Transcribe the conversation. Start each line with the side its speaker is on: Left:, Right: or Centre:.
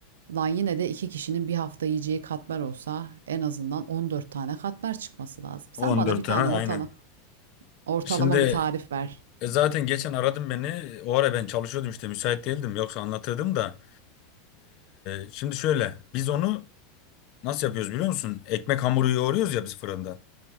Right: Lan yine de iki kişinin bir hafta yiyeceği katmer olsa en azından 14 tane katmer çıkması lazım.
Left: 14
Right: Sen bana bir
Left: tane
Right: tane ortalama.
Left: aynen.
Right: Ortalama
Left: Şimdi
Right: bir tarif ver.
Left: e, zaten geçen aradım beni. O ara ben çalışıyordum işte müsait değildim yoksa anlatırdım da. E, şimdi şöyle biz onu nasıl yapıyoruz biliyor musun? Ekmek hamuru yoğuruyoruz ya biz fırında.